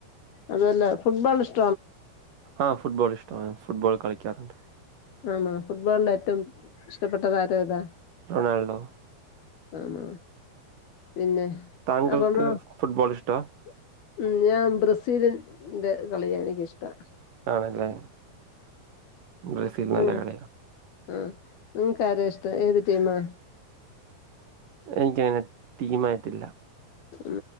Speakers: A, on the left; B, on the right.
A: അതല്ല ഫുട്ബാൾ ഇഷ്
B: ആ ഫുട്ബോൾ ഇഷ്ടമാണ്. ഫുട്ബോൾ കളിക്കാറുണ്ട്.
A: ആണോ ഫുട്ബോളിൽ ഏറ്റവും ഇഷ്ടപ്പെട്ട താരം ഏതാ?
B: റൊണാൾഡോ
A: ഹും പിന്നെ
B: താങ്കൾക്ക്
A: <unintelligible>
B: ഫുട്ബോൾ ഇഷ്ടാ
A: ഉം ഞാൻ ബ്രസീലിൻ ന്റെ കളിയെനിക്കിഷ്ടാണ്.
B: ആണല്ലേ ബ്രസീൽ നല്ല
A: ഉം
B: കളിയാ
A: ആഹ് നിങ്ങക്കാരെയിഷ്ടം ഏത് ടീമ-
B: എനിക്കങ്ങനെ ടീമായിട്ടില്ല.
A: ഉം